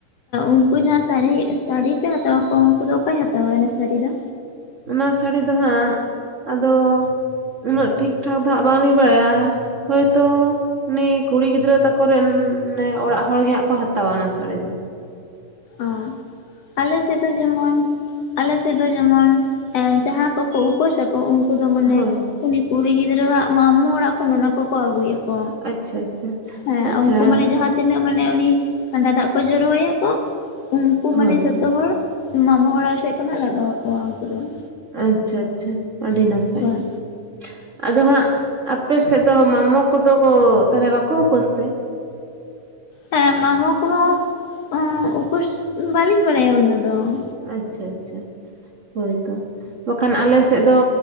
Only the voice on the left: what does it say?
ᱩᱱᱠᱩ ᱡᱟᱦᱟᱸ ᱥᱟᱹᱨᱤ ᱥᱟᱹᱲᱤ ᱯᱮ ᱦᱟᱛᱟᱣ ᱟᱠᱚᱣᱟ ᱩᱱᱠᱩ ᱫᱚ ᱚᱠᱚᱭ ᱦᱟᱛᱟᱣᱟ ᱚᱱᱟ ᱥᱟᱹᱲᱤ ᱫᱚ
ᱚ ᱟᱞᱮ ᱥᱮᱫ ᱫᱚ ᱡᱮᱢᱚᱱ ᱟᱞᱮ ᱥᱮᱫ ᱫᱚ ᱡᱮᱢᱚᱱ ᱡᱟᱦᱟᱸ ᱠᱚᱠᱚ ᱩᱯᱟᱹᱥᱟ ᱠᱚ ᱩᱱᱠᱩ ᱫᱚ ᱢᱟᱱᱮ
ᱩᱱᱤ ᱠᱩᱲᱤ ᱜᱤᱫᱽᱨᱟᱹᱟᱜ ᱢᱟᱢᱚ ᱚᱲᱟᱜ ᱠᱷᱚᱱ ᱚᱱᱟ ᱠᱚᱠᱚ ᱟᱹᱜᱩᱭᱟ ᱠᱚ,
ᱦᱮᱸ
ᱩᱱᱠᱩ ᱢᱟᱱᱮ ᱡᱟᱦᱟᱸ ᱛᱤᱱᱟᱹᱜ ᱢᱟᱱᱮ ᱩᱱᱤ ᱠᱷᱟᱸᱰᱟ ᱫᱟᱜᱽ ᱠᱚ ᱡᱚᱨᱚᱟᱭᱟ ᱠᱚ ᱩᱱᱠᱩ ᱢᱟᱱᱮ
ᱡᱚᱛᱚ ᱛᱚ ᱦᱚᱲ ᱢᱟᱢᱚ ᱦᱚᱲᱟᱜ ᱥᱮᱜ ᱠᱷᱚᱱᱟᱜ ᱞᱟᱜᱟᱣ ᱟᱠᱚᱣᱟ ᱩᱱᱠᱩ ᱫᱚ ᱾
ᱦᱳᱭ
ᱦᱮᱸ ᱢᱟᱢᱚ ᱠᱚᱦᱚᱸ ᱩᱸ ᱩᱯᱟᱹᱥ ᱵᱟᱹᱞᱤᱧ ᱵᱟᱲᱟᱭᱟ ᱩᱱᱟᱹᱜ ᱫᱚ ᱾